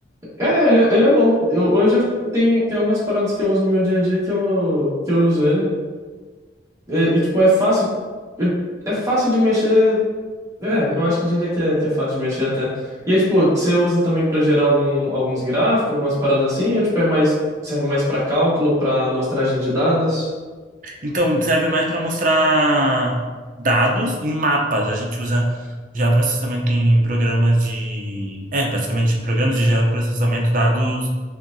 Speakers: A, on the right (about 20°); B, on the right (about 45°).
A: É, ele, é- ele é bom. Eu, hoje eu tenho, tem algumas paradas que eu uso no meu dia a dia que eu, que eu uso ele. E, e, tipo, é fácil. eu- É fácil de mexer. É, eu acho que diria que é, que é fácil de mexer até. E aí, tipo, você usa também para gerar algum, alguns gráficos, algumas paradas assim, ou tipo, é mais, serve mais para cálculo, para amostragem de dados?
B: Então, serve mais para mostrar dados em mapas. A gente usa geoprocessamento em programas de. É, basicamente em programas de geoprocessamento dados